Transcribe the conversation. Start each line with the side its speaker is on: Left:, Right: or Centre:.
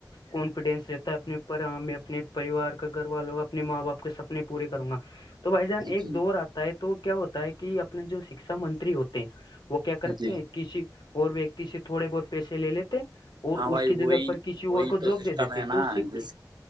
Left: کانفیڈینس رہتا ہے اپنے اوپر میں اپنے پریوار کا گھر والوں کا اپنے ماں باپ کے سپنے پورے کروں گا تو بھائی جان ایک
Right: جی
Left: دور آتا ہے تو کیا ہوتا ہے کہ اپنے جو شکھا منتری ہوتے ہیں وہ کیا کرتے
Right: جی
Left: ہیں کسی اور ویکتی سے تھوڑے بہت پیسے لے لیتے اور
Right: ہاں بھائی
Left: اس کی
Right: وہی
Left: جگہ پر کسی
Right: وہی
Left: اور کو
Right: تو
Left: جاب
Right: سسٹم
Left: دے دیتے
Right: ہے نا
Left: تو س
Right: جس
Left: کے